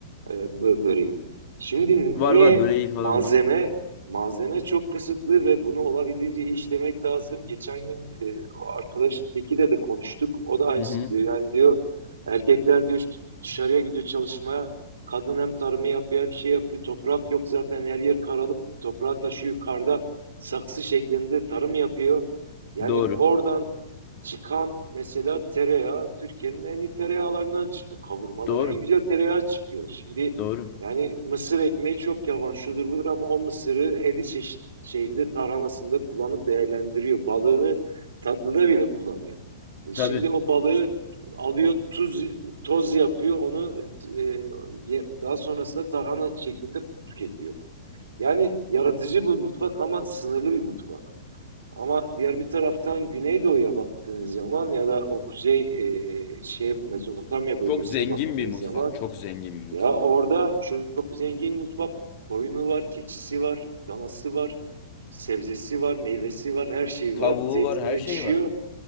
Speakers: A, on the right (about 70°); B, on the left (about 45°).
A: e, bö- böreği? Şimdi
B: Var
A: niye
B: var böreği falan
A: malzeme
B: var.
A: malzeme çok kısıtlı ve bunu olabildiğince iyi işlemek lazım. Geçen gün e, o arkadaşın tekiyle de konuştuk. O da aynısını
B: Hı hı.
A: diyor. Yani diyor erkekler diyor dışarıya gidiyor çalışmaya. Kadın hem tarımı yapıyor hem şey yapıyor. Toprak yok zaten her yer karalık. Toprağı taşıyor karda saksı şeklinde tarım yapıyor. Yani
B: Doğru.
A: oradan çıkan mesela tereyağı Türkiye'nin en iyi tereyağlarından çıkıyor. Kavurmalar
B: Doğru.
A: en güzel tereyağı çıkıyor. Şimdi
B: Doğru.
A: yani mısır ekmeği çok yavan şudur budur ama o mısırı 50 çeşit şeyinde tarhanasında kullanıp değerlendiriyor. Balığını tatlıda bile kullanıyor. E
B: Tabii.
A: şimdi o balığı alıyor tuz toz yapıyor onu e, daha sonrasında tarhana şeklinde tüketiyor. Yani yaratıcı bir mutfak ama sınırlı bir mutfak. Ama diğer bir taraftan Güneydoğu'ya baktığınız zaman ya da o kuzey e, şey Mezopotamya bölgesine
B: Çok zengin
A: baktığınız
B: bir mutfak.
A: zaman
B: Çok zengin bir mutfak.
A: ya orada çok zengin mutfak koyunu var, keçisi var, danası var, sebzesi var, meyvesi var, her şeyi
B: Tavuğu
A: var. Zeytini
B: var, her
A: yetişiyor
B: şey var.